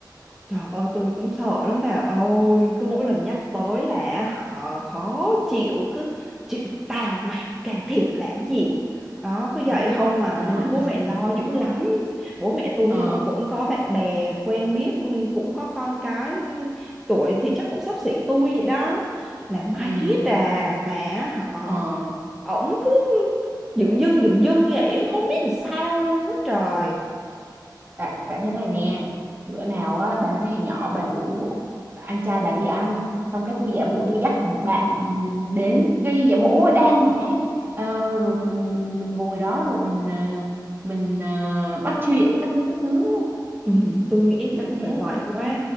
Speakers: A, in the centre; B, on the right.
A: Trời ơi tôi cũng sợ lắm bà ơi Cứ mỗi lần nhắc tới là họ khó chịu Cứ chuyện của tao mày can thiệp làm gì Đó cứ vậy
B: Thế-
A: không mà
B: đó
A: Nên thấy bố
B: <laughs>
A: mẹ lo dữ lắm Bố mẹ tôi
B: ờ
A: họ cũng có bạn bè quen biết Cũng có con cái Tuổi thì chắc cũng xấp xỉ tôi vậy đó Là mai
B: ừm,
A: riết à Mà họ
B: ờ
A: ổng cứ Dựng dưng dựng dưng vậy Không biết làm sao luôn đó trời
B: tại tại thế này nè bữa nào á bà nói là nhỏ bà rủ anh trai bà đi ăn xong cái tôi giả bộ tôi dắt một bạn ừm, đến cái giả bộ ôi đang hả Ờ, rồi mình mình mình ngồi đó rồi mình ờ, mình ờ, bắt chuyện các thứ các thứ
A: Ừ, tôi nghĩ
B: kiểu
A: chắc cũng
B: thế
A: phải vậy quá
B: ừ.